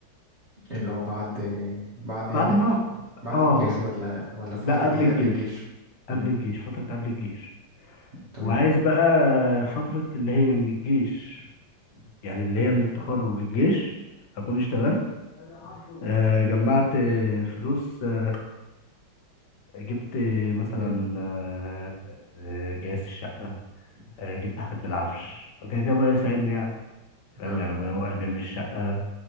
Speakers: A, on the right; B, on the left.
A: اللي هو بعد بعد يعني
B: بعد
A: ال-
B: ما
A: بعد
B: اه
A: الجيش ولا ولا فترة
B: لا قبل
A: اللي
B: الجيش
A: قبل الجيش
B: قبل
A: امم
B: الجيش فتره قبل الجيش
A: تمام
B: وعايز بقى فتره اللي هي من الجيش يعني اللي هي من التخرج للجيش اكون اشتغلت آه، جمعت فلوس آه، جبت مثلا
A: امم
B: آه، آه، جهاز الشقه آه، جبت حاجات من العفش وكده كده ابويا يساعدني يعني فاهم
A: اه
B: يعني ابويا هو اللي بيعمل الشقه